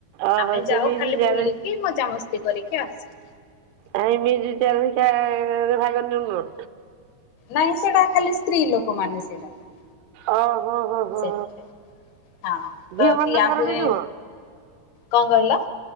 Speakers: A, on the right; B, on the left.
A: ଓହୋ
B: ଆମେ
A: ସେ
B: ଯାଉ
A: ମ୍ୟୁଜିକ୍
B: ଖାଲି
A: ଚେୟାରରେ
B: ବୁଲିକି ମଜାମସ୍ତି କରିକି ଆସୁ।
A: ଆ ଏଇ ମ୍ୟୁଜିକ୍ ଚେୟାର୍ ହରିକା-ରେ ଭାଗ ନେଉନ?
B: ନାଇଁ ସେଟା ଖାଲି ସ୍ତ୍ରୀ ଲୋକମାନେ ସେଇଟା। ପାଇଁ
A: ଅ ହୋ ହୋ ହୋ
B: ସେଥିପାଇଁ ହଁ ତ
A: ଝିଅମାନଙ୍କର
B: ଦିଆ ହୁଏ
A: ବି ନୁହଁ?
B: କଣ କହିଲ?